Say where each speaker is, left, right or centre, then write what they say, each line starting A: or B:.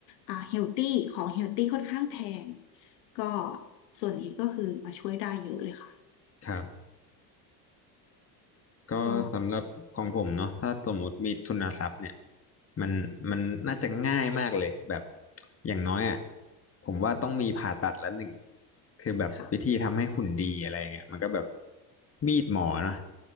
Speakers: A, on the left (about 80°); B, on the left (about 30°).
A: อ่าเฮลตี้ของเฮลตี้ค่อนข้างแพง ก็ส่วนนี้ก็คือมาช่วยได้เยอะเลยค่ะ
B: ครับ ก็สำหรับของผมเนาะถ้าสมมุติมีทุนทรัพย์เนี่ย
A: ก็
B: มันมันน่าจะง่ายมากเลยแบบอย่างน้อยอ่ะผมว่าต้องมีผ่าตัดละหนึ่งคือแบบวิธีทำให้หุ่นดีอะไรเงี้ยมันก็แบบ
A: ค่ะ
B: มีดหมอเนาะ